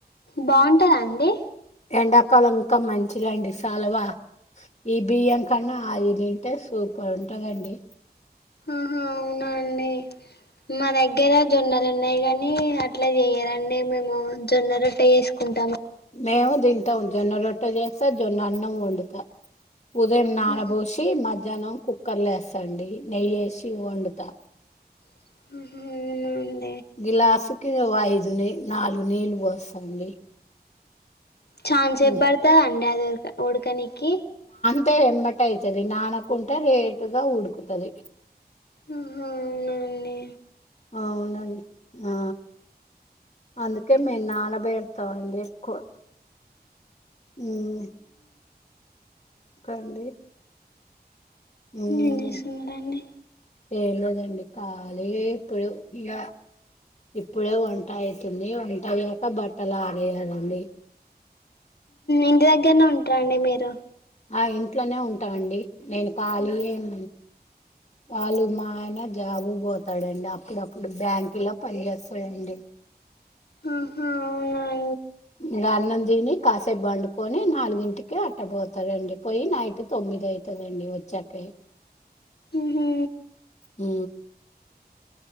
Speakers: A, on the left; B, on the left.
A: బాగుంటదా అండి
B: ఎండాకాలం ఇంకా మంచిదండి చలవా ఈ బియ్యం కన్నా ఆ ఇది అంటే సూపర్ ఉంటందండి
A: ఆహా అవున అండి మా దగ్గర జొన్నలు ఉన్నాయి కాని అట్లా చేయ్యారండి మేము జొన్న రొట్ట చేసుకుంటా
B: మేము దింటాం జొన్న రొట్ట చేస్తా జొన్న అన్నం వండుతా ఉదయం నానబోసి
A: ఆహా
B: మధ్యాహ్నం కుక్కర్లు వేస్తండి నెయ్యివేసి వండుతా
A: ఉమ్
B: గ్లాసుకి ఐదు ని నాలుగు నీళ్ళు పోస్తాండి
A: ఛాన్ సేపు
B: ఉమ్.
A: చెప్పబడది అండి అది ఉడకనీనికి
B: ఉడికితే ఏమంటే అయితది నానకుంటె లేటుగా ఉుడ్కుతాది
A: ఆ అవునండి
B: అవునండి ఆ అందుకే మేము నానబేడతామండి ఎక్కువ ఉమ్ అండి ఉమ్,
A: ఏం చేస్తున్నారండి
B: ఏం లేదండి ఖాళీగా ఏ పోయు ఇగ ఇప్పుడే వంట అవుతుంది వంట అయ్యాక బట్టలు ఆరెయలండి
A: ఇంటి దగ్గరనే ఉంటారండి మీరు
B: ఆ ఇంట్లోనే ఉంటాండి నేను కాలి ఎమ్ వాళ్ళు మాయన జాబు పోతాడండి అప్పుడప్పుడు బ్యాంకి లో పనిచస్తాడండి
A: ఆహా అవును
B: ఇగ అన్నం దిని కాసేపు బండుకొని నాలుగింటికి అట్ట పోతాారండి పోయి నైట్ తొమ్మిది ఐతదండి వ చెర్కి
A: ఊ హు
B: ఊ